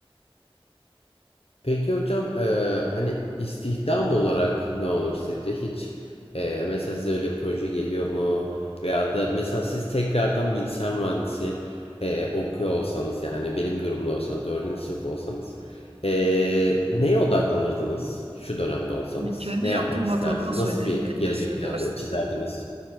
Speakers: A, on the left; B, on the right.
A: Peki hocam eee, hani istihdam olarak ne olur sizce? Hiç eee mesela size öyle bir proje geliyor mu? Veya da mesela siz tekrardan bilgisayar mühendisi eee, okuyor olsanız yani benim durumda olsanız dördüncü sınıf olsanız eee, neye odaklanırdınız şu dönemde olsanız?
B: Yani kendi
A: Ne
B: yaptığım
A: yapmak isterdiniz?
B: hatadan söyleyeyim.
A: Nasıl bir
B: Belki
A: gelecek
B: de size
A: planı
B: ders
A: çizerdiniz?